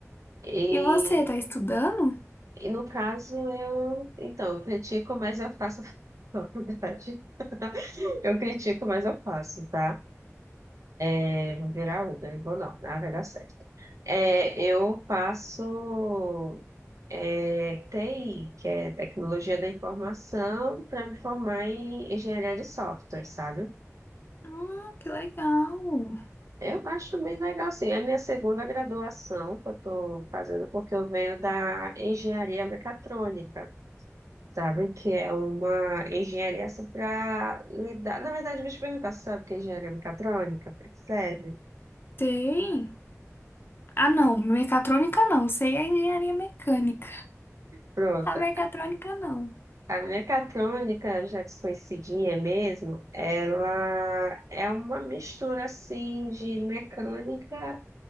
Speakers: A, on the right; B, on the left.
A: E,
B: E você, tá estudando?
A: e no caso, eu, então, eu critico, mas eu faço <laughs> faculdade. Eu critico, mas eu faço, tá? Eu vou virar Uber, vou não, nada vai dar certo. É, eu faço é, TI, que é Tecnologia da Informação, para me formar em Engenharia de Software, sabe?
B: Ah, que legal.
A: Eu acho bem legal, sim. É a minha segunda graduação que eu estou fazendo, porque eu venho da engenharia mecatrônica, sabe? Que é uma engenharia para lidar. Na verdade, deixa eu te perguntar, você sabe o que é engenharia mecatrônica? Pra que serve?
B: Tem. Ah, não, mecatrônica não. Sei a engenharia mecânica.
A: Pronto.
B: A mecatrônica não.
A: A mecatrônica, já desconhecidinha mesmo, ela é uma mistura, assim, de mecânica